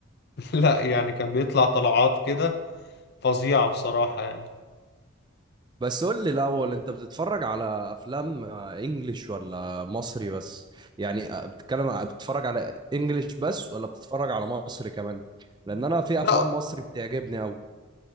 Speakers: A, on the left; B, on the right.
A: <laughs> لا يعني كان بيطلع طلعات كده فظيعة بصراحة يعني
B: بس قول لي الأول أنت بتتفرج على أفلام آه، إنجليش ولا مصري بس؟ يعني آه، بتتكلم بتتفرج على إنجليش بس ولا بتتفرج على مصري كمان؟ لأن أنا في
A: لا
B: أفلام مصري بتعجبني أوي